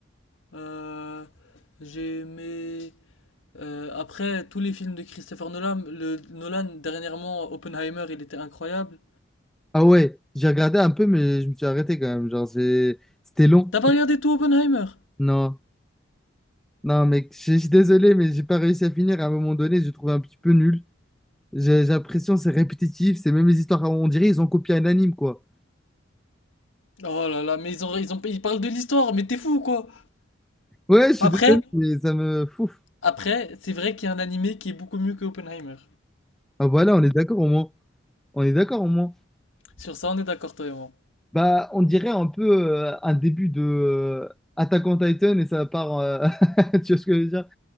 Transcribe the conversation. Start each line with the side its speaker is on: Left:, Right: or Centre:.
Left: euh, j'ai aimé. euh, après, tous les films de Christopher Nolan, le, Nolan, dernièrement, Oppenheimer, il était incroyable.
Centre: Ah ouais, j'ai regardé un peu, mais je me suis arrêté quand même. Genre, j'ai- c'était long.
Left: T'as pas regardé tout Oppenheimer?
Centre: Non, non, mec, je je suis désolé, mais j'ai pas réussi à finir. À un moment donné, j'ai trouvé un petit peu nul. J'ai j'ai l'impression que c'est répétitif, c'est même les histoires. On dirait ils ont copié un anime, quoi.
Left: Oh là là, mais ils ont, ils ont, ils parlent de l'histoire, mais t'es fou quoi.
Centre: Ouais, je suis
Left: Après,
Centre: désolé, mais ça me fouf.
Left: après, c'est vrai qu'il y a un animé qui est beaucoup mieux que Oppenheimer.
Centre: Ah voilà, on est d'accord au moins. On est d'accord au moins.
Left: Sur ça, on est d'accord, toi et moi.
Centre: Bah, on dirait un peu euh, un début de euh, Attack on Titan et ça part. euh, <laughs> tu vois ce que je veux dire?